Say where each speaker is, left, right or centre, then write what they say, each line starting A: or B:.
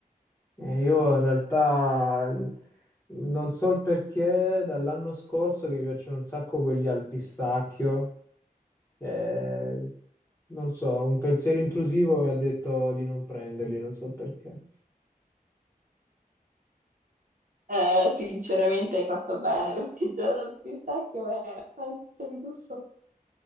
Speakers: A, on the left (about 20°); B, on the right (about 60°).
A: Eh, io in realtà non so il perché dall'anno scorso che mi piacciono un sacco quelli al pistacchio. eh, non so, un pensiero intrusivo mi ha detto di non prenderli, non so perché.
B: Eh, sinceramente hai fatto bene, perché il gelato al pistacchio è, penso, il gusto,